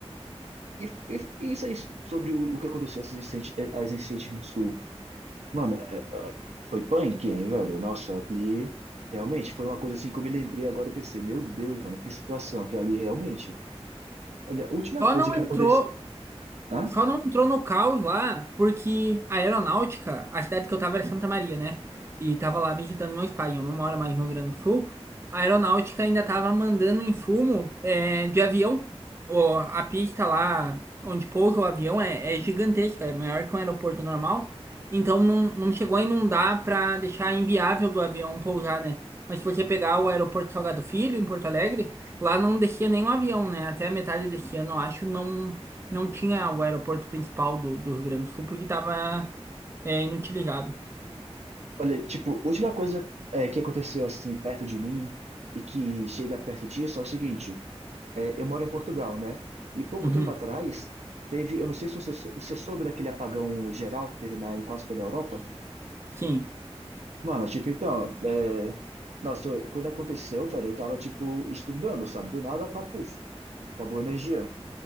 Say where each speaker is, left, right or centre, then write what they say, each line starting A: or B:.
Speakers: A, on the right; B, on the right.
A: e, e- e isso aí sobre o, o que aconteceu às incêndios, às incêndios no sul. Mano, é, é, foi punk, hein, velho? Nossa, ali realmente foi uma coisa assim que eu me lembrei agora, eu pensei, meu Deus, mano, que situação que ali realmente. Olha, a última
B: Só
A: coisa
B: não
A: que
B: entrou,
A: aconteceu. Hã?
B: só não entrou no caos lá, porque a aeronáutica, a cidade que eu tava era Santa Maria, né? E tava lá visitando meus pais, eu não moro mais no Rio Grande do Sul. a aeronáutica ainda estava mandando insumo é, de avião. O, a pista lá onde pousa o avião é, é gigantesca, é maior que um aeroporto normal. Então não, não chegou a inundar para deixar inviável do avião pousar, né? Mas se você pegar o aeroporto Salgado Filho, em Porto Alegre, lá não descia nenhum avião, né? Até a metade desse ano, eu acho, não, não tinha o aeroporto principal do, do Rio Grande do Sul, porque estava é, inutilizável.
A: Olha, tipo, última coisa é, que aconteceu assim perto de mim e que chega perto disso é o seguinte. É, eu moro em Portugal, né? E pouco
B: Uhum.
A: tempo atrás, teve. Eu não sei se você, sou- você soube daquele apagão geral que teve na, em quase toda a Europa.
B: Sim,
A: Mano, tipo, então. É, nossa, eu- quando aconteceu, velho, eu tava, tipo, estudando, sabe? Do nada, pá, puf, acabou a energia.